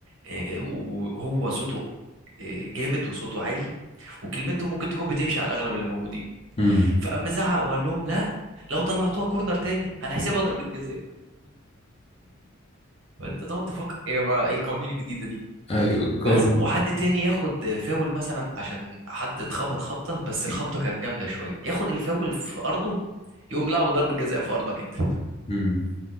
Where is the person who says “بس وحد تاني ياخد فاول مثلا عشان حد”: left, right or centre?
Right